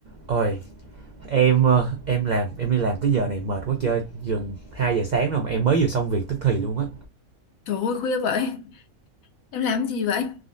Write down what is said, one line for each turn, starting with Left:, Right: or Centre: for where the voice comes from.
Right: Ôi, em ờ, em làm em đi làm tới giờ này mệt quá chơi, gần 2 giờ sáng rồi mà em mới vừa xong việc tức thì luôn á.
Left: Trời ơi khuya vậy Em làm gì vậy